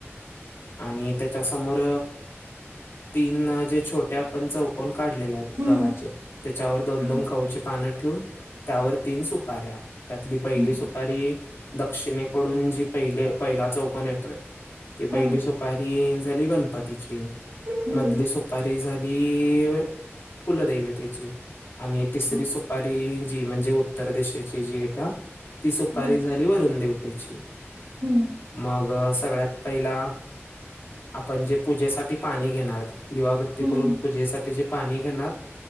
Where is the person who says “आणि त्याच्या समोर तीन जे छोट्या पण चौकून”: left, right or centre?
Left